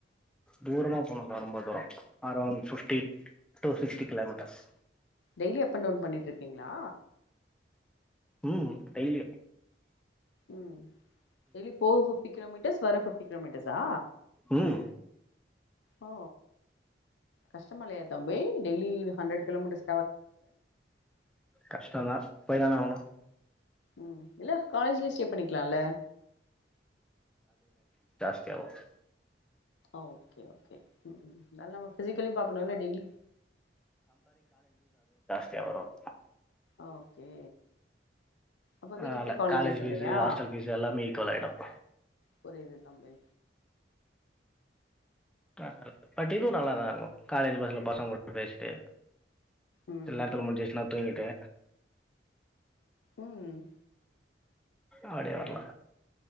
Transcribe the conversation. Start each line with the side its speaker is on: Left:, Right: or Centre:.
Centre: தூரமா போணுக்கா ரொம்ப தூரோ around fifty to sixty kilometres.
Left: Daily அப்பன் டவுன் பண்ணிட்டு இருக்கீங்களா.
Centre: உம் கைல.
Left: ம் டெய்லி ஃபோர் ஃபிஃப்டி கிலோமீட்டர்ஸ் வர ஃபிஃப்டி கிலோமீட்டர்ஸா
Centre: ம்
Left: ஓ. கஷ்டமா இல்லையா தம்பி டெய்லி ஹண்ட்ரட் கிலோமீட்டர்.
Centre: கஷ்டந்தான் போய் தான ஆகணும்.
Left: ம் இல்ல காலேஜ்ல ஸ்டே பண்ணிக்கலாம்ல.
Centre: லோ <unintelligible>
Left: ஓகே ஓகேம் நல்ல நம்ம பிசிக்கல பானும் இல்ல டெய்லி
Centre: தியா வரும்
Left: ஓகே. அப்ப வீட்டுக்கிட்ட
Centre: ஆல்ல
Left: காலேஜஸ்
Centre: காலேஜ் ஃபீஸு
Left: இல்லையா
Centre: ஹாஸ்டல் ஃபீஸ் எல்லாமே ஈக்குவல் ஆயிடும்.
Left: புரியுது தம்பி.
Centre: <unintelligible> பட்டிதும் நல்லாதான் இருக்கும் காலேஜ் பஸ்ல பசங்க கூட பேசிட்டு
Left: ம்
Centre: சில நேரத்துல முடிஞ்சச்சன்னா தூங்கிட்டு.
Left: ம்
Centre: அப்டி வரலா